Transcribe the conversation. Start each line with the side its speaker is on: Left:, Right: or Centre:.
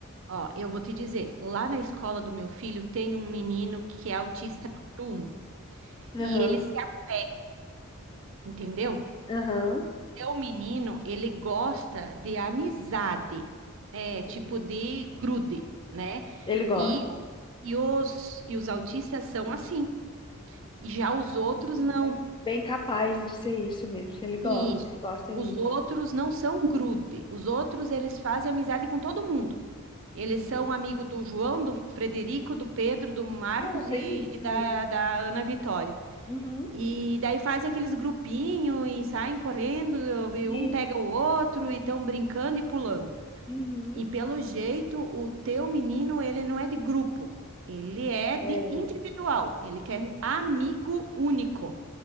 Right: Ó, eu vou te dizer, lá na escola do meu filho tem um menino que é autista número um e
Left: Aham,
Right: ele se apega, entendeu?
Left: aham.
Right: Meu menino, ele gosta de amizade, é,
Left: Sim.
Right: tipo de grude, né?
Left: Ele gosta.
Right: E, o- e, os, e os autistas são assim, já os
Left: Ah,
Right: outros não.
Left: Bem, bem capaz de ser isso mesmo. Ele gosta,
Right: Isso.
Left: ele gosta
Right: Os
Left: disso.
Right: outros não são grude, os outros eles fazem amizade com todo mundo. Eles
Left: Sim.
Right: são amigo do João, do Frederico, do Pedro, do Marcos
Left: É, bem
Right: e,
Left: isso
Right: e da,
Left: também.
Right: da Ana Vitória.
Left: Uhum.
Right: E daí fazem aqueles grupinhos e saem correndo, e
Left: E,
Right: um pega o outro e estão brincando e pulando.
Left: uhum.
Right: E pelo jeito, o teu menino, ele não é de grupo, ele é de
Left: É.
Right: individual, ele quer amigo único.